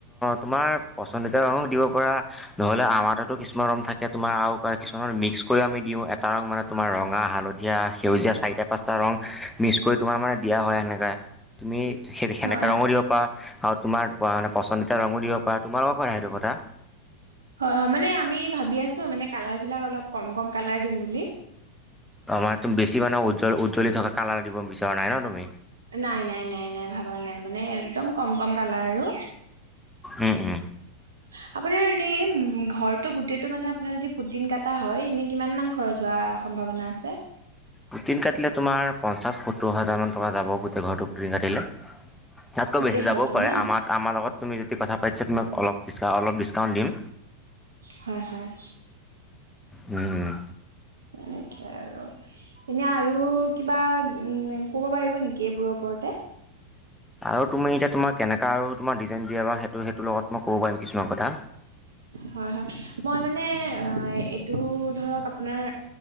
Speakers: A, in the centre; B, on the right.
A: তোমাৰ পচন্দিতাৰ মানুহ দিব পৰা, নহলে আমাৰতেতো কিছমান ৰম থাকে তোমাৰ আৰু কিছুমান মিক্স কৰি আমি দিওঁ এটা ৰং মানে তোমাৰ ৰঙা হালধীয়া সেউজীয়া চাৰিটা পাঁচটা ৰং, মিছ কৰি তোমাৰ মানে দিয়া হয় সেনেকা তুমি সেনেকা
B: হয়
A: কৰিব পা আৰু তোমাৰ মানে পচন্দিতা ৰঙো দিব পাৰা তোমাৰ লগৰ পাৰ সেইটো কথা।
B: হয়, হয়, মানে আমি ভাবি আছো মানে কালাৰ বিিলাক অলপ কম কম কালাৰ দিম বুলি।
A: অমাৰ তুম বেছি মানে উজল-উজ্বলি থকা কালাৰ দিব বিচৰা নাই ন তুমি?
B: নাই নাই নাই নাই ভবা নাই মানে একদম কম কম কালাৰ আৰু,
A: উম, উম।
B: হয়। আপোনাৰ এনেই উম ঘৰটো গোটেইটো মানে আপোনাৰ যদি পুটিন কটা হয় এনে কিমান মান খৰচ হোৱা সম্ভাৱনা আছে?
A: পুটিন কাটিলে তোমাৰ পঞ্চাছ সত্তৰ হাজাৰ মান টকা যাব গোটেই ঘৰটো পুটিন কাটিলে। তাতকৈ
B: গোটেই
A: বেছি যাবও
B: ঘৰটো
A: পাৰে
B: ন
A: আমাৰ-আমাৰ লগত তুমি যদি কথা পাতিছা তমাক অলপ অলপ ডিচ-ডিচকাউণ্ট দিম।
B: হয় হয়
A: উম উম
B: এনেকে আৰু এনে আৰু কিবা উ ক'ব পাৰিব নেকি এইবোৰৰ ওপৰতে
A: আৰু তুমি এতিয়া তোমাক কেনেকা আৰু তোমাৰ ডিজাইন দিয়া বা সেইটো সেইটো লগত মই ক'ব পাৰিম কিছুমান কথা
B: হয় হয় মই মানে এইটো ধৰক আপোনাৰ